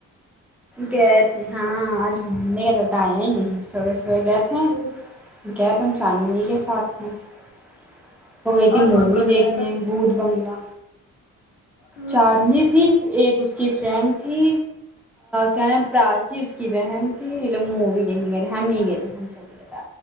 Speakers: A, in the centre; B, on the left (about 55°).
A: گئے تھے ہاں آج گھومنے کے تھا بتیا ہی نہیں صبح سبح گئے تھے
B: ہ
A: گئے تم چاندنی کے ساتھ ہوں <inaudible> ہو گئی تھی
B: اور
A: مووی
B: کون کون
A: دیکھنے
B: گیا تھا
A: بت بنگلا
B: ہ
A: چارنی تھی ایک اس کی فرینڈ تھی کیا ن پراچی اس کی بہن تھی یہ لوگ مووی دیکھنے گئے تھے ہم نہیں گئے تھے ہم چلے گئے تھے